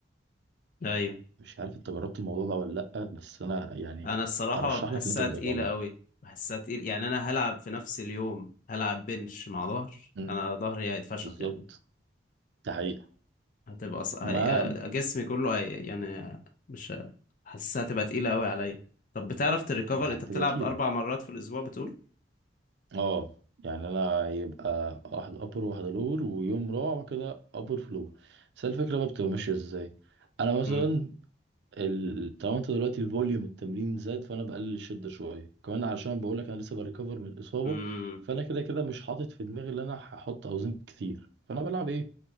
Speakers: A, on the left; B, on the right.
A: ايوه
B: مش عارف أنت جربت الموضوع ده ولا لأ بس أنا يعني
A: انا الصراحه
B: أرشح
A: بحسها
B: لك إن أنت تجربه
A: تقيله قوي بحسها تقيل يعني انا هلعب في نفس اليوم هلعب بنش مع ظهر
B: امم
A: انا ظهري هيتفشخ
B: بالظبط
A: يا ابني
B: ده حقيقة
A: هتبقى ص... هي...
B: ما
A: آه، جسمي كله هي... يعني مش ه- حاسسها تبقى تقيله قوي عليا طب بتعرف تريكفر
B: هي هتبقى
A: انت بتلعب
B: تقيلة
A: اربع مرات في الاسبوع بتقول
B: أه يعني أنا يبقى واحد أبر وواحد لور ويوم رابع كده أبر فلور بس الفكرة بقى بتبقى ماشية إزاي أنا مثلا
A: امم
B: ال- طالما انت دلوقتي الفوليوم التمرين زاد فانا بقلل الشده شويه كمان علشان بقول لك انا لسه بريكفر من الاصابه
A: امم
B: فانا كده كده مش حاطط في دماغي ان انا هحط اوزان كتير فانا بلعب ايه